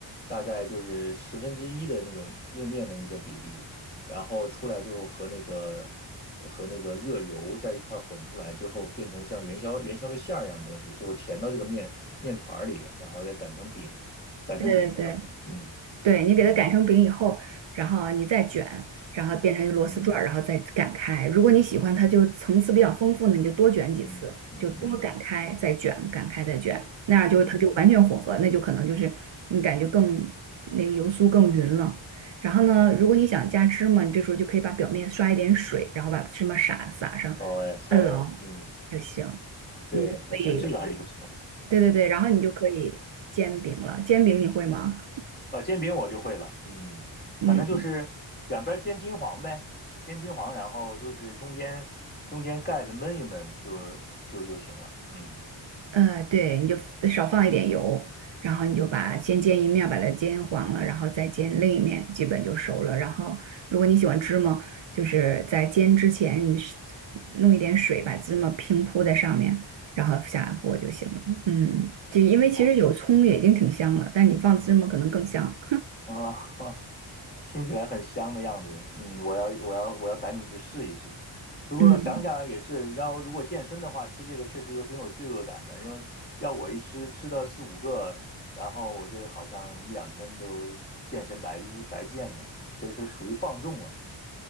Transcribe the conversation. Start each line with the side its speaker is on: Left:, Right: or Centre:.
Left: 大概就是十分之一的那种用面的一个比例，然后出来最后和那个呃和那个热油在一块儿混出来之后，变成像元宵元宵的馅儿一样的东西，最后填到这个面面团儿里，然后再擀成饼，擀成饼，
Right: 对对对。
Left: 然后嗯
Right: 对你给它擀成饼以后，
Left: 嗯
Right: 然后你再卷，然后变成一个螺丝转儿，
Left: 嗯
Right: 然后再擀开。如果你喜欢它就层次比较丰富呢，你就多卷几次，
Left: 嗯嗯嗯
Right: 就多擀开再卷，擀开再卷，那样就它就完全混合，
Left: 嗯，嗯
Right: 那就可能就是你感觉更那个油酥更匀了。然后呢，
Left: 对，
Right: 如果你想加芝麻，你这时候就可以把表面刷一点水，然后把芝麻撒撒上，
Left: 好哎好哎，
Right: 摁牢
Left: 嗯，
Right: 就行，
Left: 对，
Right: 你就可以，
Left: 我觉得这个还是不错。
Right: 对对对，然后你就可以煎饼了。煎饼你会吗？
Left: 啊，煎饼我就会了，嗯，
Right: 嗯。
Left: 反正就是两边煎金黄呗，煎金黄，然后就是中间中间盖子焖一焖就就就行了，嗯
Right: 呃，对，你就 f- 少放一点油，然后你就把先煎一面，
Left: 嗯，
Right: 把它煎黄了，然后再煎另一面，基本就熟了。然后，如果你喜欢芝麻，就是在煎之前，你是弄一点水把芝麻平铺在上面，然后下锅就行了。嗯，就因为其实有葱也已经挺香了，
Left: 哦，
Right: 但你放芝麻可能更香。
Left: 啊，<laughs> 听起来很香的样子，嗯，我要我要我要赶紧去试一试。不过想想也是，
Right: 嗯
Left: 然后如果健身的话，吃这个确实有挺有罪恶感的，因为要我一吃吃到四五个，然后我这好像一两天都健身白白健呢，这是属于放纵了，